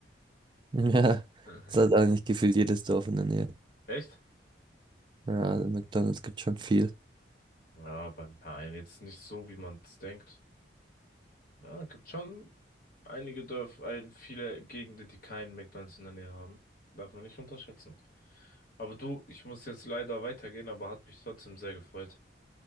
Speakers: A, on the right; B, on the left.
A: <laughs> Ja,
B: <laughs>
A: das hat eigentlich gefühlt jedes Dorf in der Nähe.
B: Echt?
A: Ja, McDonald's gibt schon viel.
B: Ja, aber nein, jetzt nicht so, wie man es denkt. Ja, gibt schon einige Dörfer, ein, viele Gegenden, die keinen McDonald's in der Nähe haben. Darf man nicht unterschätzen. Aber du, ich muss jetzt leider weitergehen, aber hat mich trotzdem sehr gefreut.